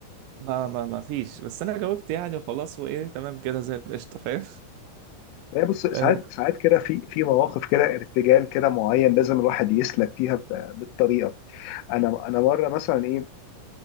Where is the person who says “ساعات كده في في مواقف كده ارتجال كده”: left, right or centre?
Left